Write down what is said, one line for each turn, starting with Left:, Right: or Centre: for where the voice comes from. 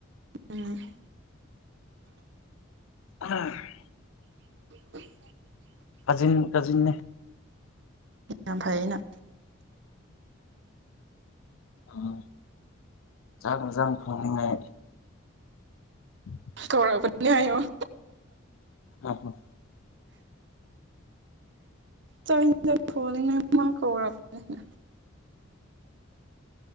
Right: ꯎꯝ꯫
Left: <unintelligible>
Right: <unintelligible>
Left: ꯀꯖꯤꯟ ꯀꯖꯤꯟꯅꯦ꯫
Right: ꯃꯤꯝ ꯐꯥꯏꯅ
Left: ꯎꯝ ꯆ ꯃꯖꯥꯡ ꯐꯪꯅꯤꯡꯉꯥꯏ ꯎꯝ
Right: ꯀꯧꯔꯥꯕꯅꯤ ꯍꯥꯏꯌꯨ
Left: ꯑ ꯍ
Right: ꯆ ꯐꯣꯃ ꯀꯔꯅꯤ